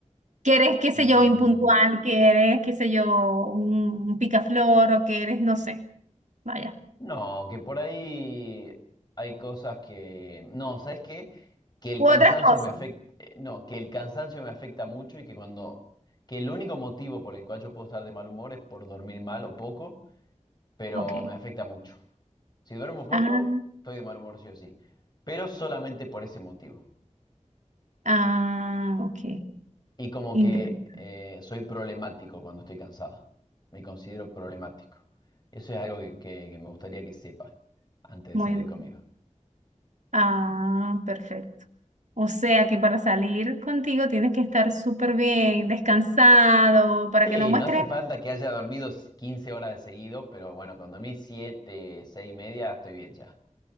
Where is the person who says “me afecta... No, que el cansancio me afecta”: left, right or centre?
Left